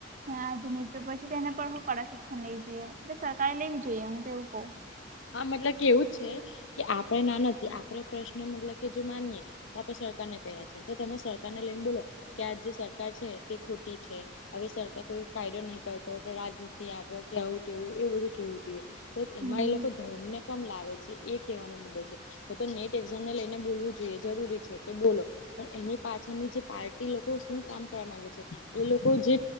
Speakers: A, on the right; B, on the left.
A: હા આજે ન્યુઝ પેપર છે તે એના પર કડક એક્શન લઈ જોઈએ એટલે સરકારે લેવી જોઈએ હું તો એવું કઉ.
B: હા મતલબ કે એવું જ છે કે આપડે ના નથી આપડે પ્રશ્ન મતલબ કે જો માનીએ આપણે સરકારને ક્યા છે તો તમે સરકાર ને લઈને બોલો કે આ જે સરકાર છે તે ખોટી છે હવે સરકાર કોઈ કાયદો નહી કરતો કે રાજનીતિ આપો કે આવું તેવું એ બધું કેવું જોઈએ. તો
A: હમ
B: એમાં એ લોકો ધર્મ ને કમ લાવે છે એ કહેવાનો મુદ્દો છે. તો તો નેટ એક્ઝામ ને લઈને બોલવું જોઈએ જરૂરી છે કે બોલો. પણ એની પાછળની જે પાર્ટી લોકો શું કામ કરવા માંગે છે એ લોકો જે